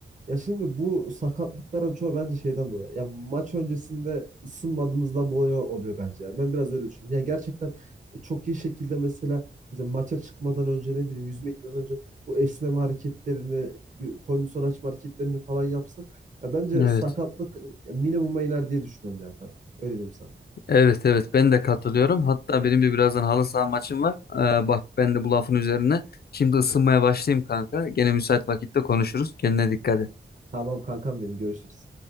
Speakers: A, on the right; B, on the left.
A: Ya şimdi bu sakatlıkların çoğu bence şeyden dolayı. Ya maç öncesinde ısınmadığımızdan dolayı oluyor bence. ya. Ben biraz öyle düşünüyorum. Yani gerçekten e, çok iyi şekilde mesela mesela maça çıkmadan önce ne bileyim yüzme gitmeden önce bu esneme hareketlerini, bir kondisyon açma hareketlerini falan yapsak ya bence
B: Evet.
A: sakatlık e, minimuma iner diye düşünüyorum yani kanka. Öyle diyeyim sana.
B: Evet evet ben de katılıyorum. Hatta benim de birazdan halı saha maçım var. Ee, bak ben de bu lafın üzerine. Şimdi ısınmaya başlayayım kanka. Gene müsait vakitte konuşuruz. Kendine dikkat et.
A: Tamam kankam benim görüşürüz.